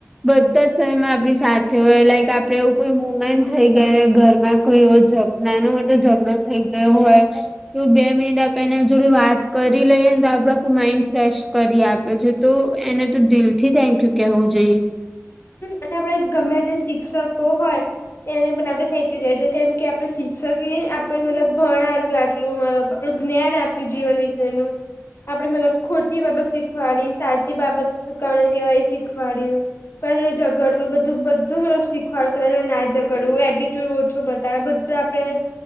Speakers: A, in the centre; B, on the left.
A: બધા જ સમયમાં આપણી થે હોય લાઈક આપડે એવું કોઈ મુમેન્ટ થઈ ગયું ઘરમાં કોઈ એવો જગ નાનો મોટો ઝઘડો થઇ ગયો હોય, તો બે મિનિટ આપ એના જોડે વાત લઈએ ને તો આપડે માઈન્ડ ફ્રેશ કરી આપે છે તો એને તો દિલથી થેન્કયુ કેહવું જોઈએ.
B: અને આપડે ગમે તે શિક્ષકો હોય, એને પણ આપણે થેંકયુ કે છે કેમ કે આપડે શિક્ષકે આપણે મતલબ ભણાવ્યું આટલું મબ આપણું જ્ઞાન આપ્યું જીવન વિશેનું. આપડે મતલબ ખોટી બાબત શીખવાડી, સાચી બાબત શકાણી કેવાય શીખવાડ્યું. કારણ કે ઝગડવું બધું બધું મતલબ શીખવાડ્યું, ના ઝગડવું, એડિટ્યુડ ઓછો બતાવે, તો આપડે